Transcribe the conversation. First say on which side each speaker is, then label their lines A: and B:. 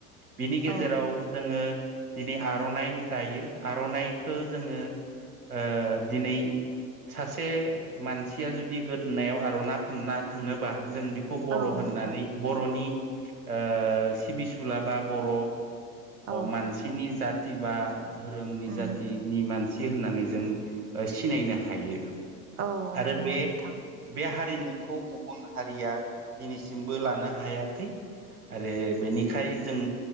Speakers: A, on the right; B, on the right.
A: बिनि गेजेराव
B: औ
A: जोङो दिनै आर'नाइ दायो। आर'नाइखौ जोङो ओ दिनै सासे मान सिया जुदि गोदोनायाव आर'ना फानना थाङोबा जों बेखौ बर'
B: औ
A: होननानै
B: नोंथां
A: बर'नि ओ सिबिसुला बा बर'
B: औ
A: मानसिनि जाथ थि बा, धोरोमनि
B: उम
A: जाथिनि मानसि होननानै जों सिनायनो हायो।
B: औ
A: आरो
B: नंगौ
A: बे
B: नोंथां
A: बे हा रिमुखौ गुबुन हारिया दिनैसिमबो लानो हायाखै। आरो बेनिखाय जों